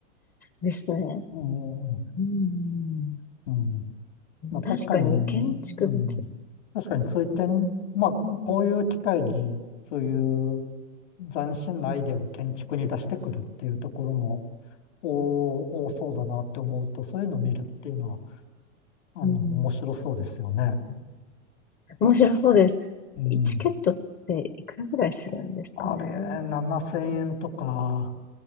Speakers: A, on the left; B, on the left.
A: ですね。
B: ええ、
A: うん。
B: うん。まあ確かに、
A: 確かに、建築物。
B: うん。確かにそういって、まあ、こういう機会に、そういう斬新なアイデアを建築に出してくるっていうところも、お多そうだなって思うと、そういうのを見るっていうのは、
A: うん。
B: あの、面白そうですよね。
A: 面白そうです。
B: うん。
A: チケットっていくらぐらいするんですかね。
B: あれ、7000円とか、